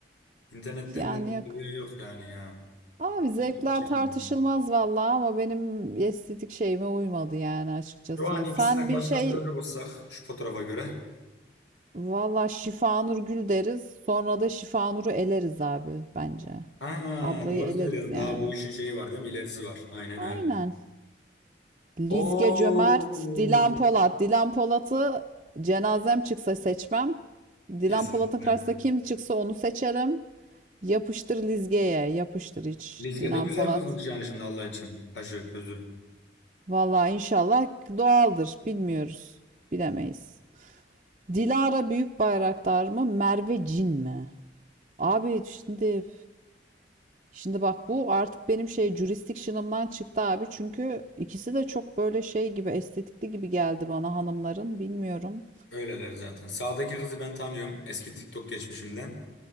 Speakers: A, on the left; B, on the right.
A: İnternetten
B: Yani
A: de
B: yok.
A: yok yani ya.
B: Abi zevkler
A: İlgimi çekmiyor.
B: tartışılmaz vallahi ama benim estetik şeyime uymadı yani açıkçası.
A: Şu an ikisine
B: Sen
A: karşılaştıracak
B: bir şey
A: olsak şu fotoğrafa göre.
B: Valla Şifanur Gül deriz. Sonra da Şifanur'u eleriz abi bence.
A: Ha
B: Ablayı
A: doğru
B: eleriz
A: söylüyorsun.
B: yani.
A: Daha bu işin şeyi var değil mi? İlerisi var. Aynen
B: Aynen.
A: öyle.
B: Lizge
A: Oo.
B: Cömert, Dilan Polat. Dilan Polat'ı cenazem çıksa seçmem. Dilan
A: Kesinlikle.
B: Polat'ın karşısında kim çıksa onu seçerim. Yapıştır Lizge'ye. Yapıştır hiç.
A: Lizge
B: Dilan
A: de güzel
B: Polat.
A: kızmış yani şimdi Allah için. Kaşı, gözü.
B: Valla inşallah doğaldır. Bilmiyoruz. Bilemeyiz. Dilara Büyükbayraktar mı? Merve Cin mi? Abi şimdi Şimdi bak bu artık benim şey jurisdiction'ımdan çıktı abi. Çünkü ikisi de çok böyle şey gibi estetikli gibi geldi bana hanımların. Bilmiyorum.
A: Öyleler zaten. Sağdaki kızı ben tanıyorum. Eski TikTok geçmişimden.